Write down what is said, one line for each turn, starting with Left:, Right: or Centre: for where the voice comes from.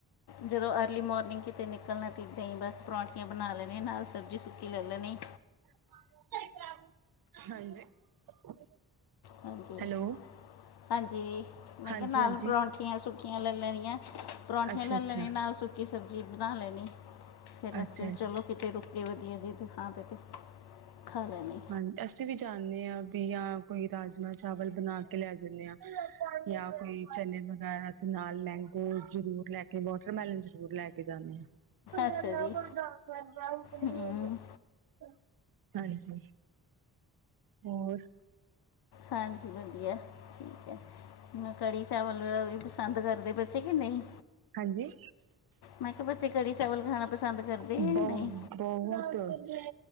Left: ਜਦੋਂ ਅਰਲੀ ਮੋਰਨਿੰਗ ਕਿਤੇ ਨਿਕਲਣਾ ਤਾਂ, ਇੱਦਾਂ ਹੀ ਬਸ ਪਰੌਂਠੀ ਪਰਾਂਠੀਆਂ ਬਣਾ ਲੈਣੇ ਨਾਲ ਸਬਜ਼ੀ ਸੁੱਕੀ ਲੈ ਲੈਣੇ।
Right: <unintelligible> ਹਾਂਜੀ <inaudible>
Left: ਹਾਂਜੀ
Right: ਹੈਲੋ
Left: <unintelligible> ਹਾਂਜੀ ਮੈਂ
Right: ਹਾਂਜੀ
Left: ਕਿਹਾ ਨਾਲ
Right: ਹਾਂਜੀ
Left: ਪਰੋਂਂਠੇ ਮਠੀਆਂ ਸੁੱਕੀਆਂ ਲੈ ਲੈਣੀਆਂ ਪਰੌਂਠੀਆਂ
Right: ਅੱਛਾ
Left: ਲੇ
Right: ਅੱਛਾ
Left: ਲੈਣੀਆਂ ਨਾਲ ਸੁੱਕੀ ਸਬਜ਼ੀ ਬਣਾ ਲੈਣੀ ਫੇਰ ਰਸਤੇ
Right: ਅੱਛਾ
Left: ਚ
Right: ਅੱਛਾ
Left: ਚਲੋ ਕਿਤੇ ਰੁਕੇ ਵਧੀਆ ਜੀ ਤੇ ਥਾਂ ਤੇ ਤੇ ਖਾ ਲੈਣੇ
Right: ਹਾਂਜੀ ਅਸੀਂ ਵੀ ਜਾਂਨੇ ਹਾਂ ਵੀ ਯਾਂ ਕੋਈ ਰਾਜਮਾਂ ਚਾਵਲ ਬਣਾ ਕੇ ਲੈ ਜਣੇ ਆਂ ਯਾਂ ਕੋਈ ਚਨੇ ਵਗੈਰਾ ਤੇ ਨਾਲ ਮੈਂਗੋ ਜ਼ਰੂਰ ਲੈ ਕੇ ਵਾਟਰਮੈਲਨ ਜ਼ਰੂਰ ਲੈ ਕੇ ਜਾਂਦੇ ਆਾਂ <unintelligible>
Left: ਅੱਛਾ ਜੀ ਹਮ,
Right: ਹਾਂਜੀ ਹੋਰ
Left: ਹਾਂਜੀ ਵਧੀਆ ਠੀਕ ਐ ੁ ਕੜ੍ਹੀ ਚਾਵਲ ਵੀ ਪਸੰਦ ਕਰਦੇ ਬੱਚੇ ਕਿ ਨਹੀਂ
Right: ਹਾਂਜੀ
Left: ਮੈਂ ਕਿਹਾ ਬੱਚੇ ਕੜੀ ਚਾਵਲ ਖਾਣਾ ਪਸੰਦ ਕਰਦੇ
Right: ਬਹੁ
Left: ਆ ਕੇ ਨਹੀਂ
Right: ਬਹੁਤ